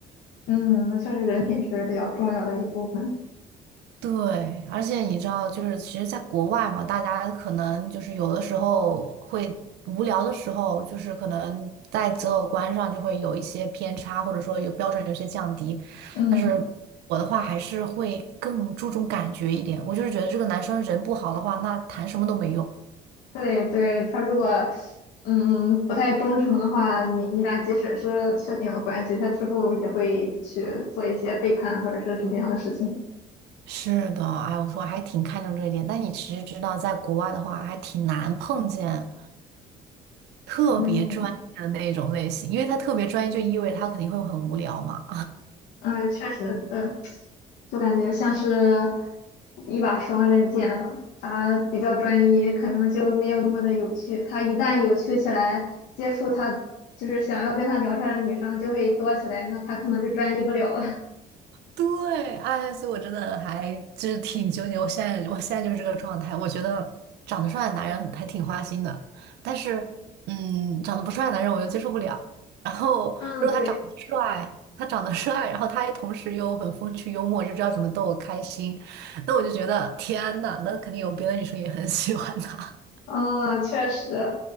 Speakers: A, on the left; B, on the right.
A: 嗯，确实人品是比较重要的一部分。
B: 对，而且你知道，就是其实，在国外嘛，大家可能就是有的时候会无聊的时候，就是可能在择偶观上就会有一些偏差，或者说有标准有些降低。
A: 嗯。
B: 但是我的话还是会更注重感觉一点，我就是觉得这个男生人不好的话，那谈什么都没用。
A: 对对，他如果嗯不太忠诚的话，你你俩即使是确定了关系，他之后也会去做一些背叛或者是什么样的事情。
B: 是的，哎，我说还挺看重这一点，但你其实知道，在国外的话还挺难碰见特别专业的那种类型，
A: 嗯，
B: 因为他特别专业就意味着他肯定会很无聊嘛。
A: 哎，确实，对，就感觉像是一把双刃剑了。他比较专一，可能就没有那么的有趣。他一旦有趣起来，接触他就是想要跟他聊天的女生就会多起来，那他可能就专一不了了。
B: 对，哎，所以我真的还就是挺纠结。我现在，我现在就是这个状态。我觉得长得帅的男人还挺花心的，但是，嗯，长得不帅的男人我又接受不了。然后，
A: <laughs> 嗯，
B: 如果他长得帅，
A: 对。
B: 他长得帅，然后他也同时又很风趣幽默，就知道怎么逗我开心，那我就觉得天呐，那肯定有别的女生也很喜欢他。<laughs>
A: 嗯，确实，